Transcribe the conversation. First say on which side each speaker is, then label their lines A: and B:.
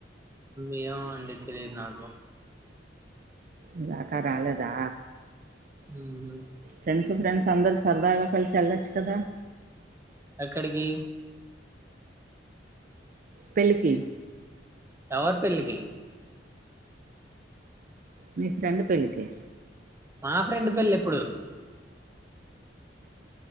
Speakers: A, on the right; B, on the right.
A: ఏమో అండి తెలీదు నాకు
B: ఇందాక రాలేదా
A: మ్మ్
B: ఫ్రెండ్స్ ఫ్రెండ్స్ స్ అందరు సరదాగా కలిసి వెళ్ళొచ్చు కదా
A: ఎక్కడికి
B: పెళ్లికి
A: ఎవరి పెళ్ళికి
B: నీ ఫ్రెండ్ పెళ్ళకి
A: మా ఫ్రెండ్ పెళ్ళి ఎప్పుడు